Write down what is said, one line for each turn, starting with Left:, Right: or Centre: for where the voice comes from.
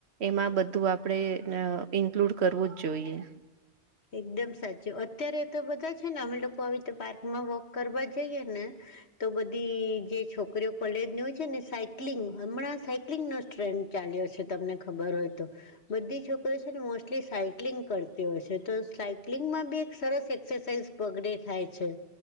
Right: એમાં બધું આપડે અહ ઇન્ક્લુડ કરવું જ જોઈએ.
Left: એકદમ સાચું. અત્યારે તો બધા છે ને અમે લોકો આવી રીતે પાર્કમાં વોક કરવા જઈએ ને તો બધી જે છોકરીઓ કોલેજની હોય છે ને, સાયક્લિંગ હમણાં સાય કલિંગનો જ ટ્રેન્ડ ચાલ્યો છે તમને ખબર હોય તો. બધી છોકરી છે ને મોસ્ટલી સાયક્લિંગ કરતી હોય છે. તો સાયક્લિંગમાં બી એક સરસ એક્સરસાઇઝ પગડે થાય છે.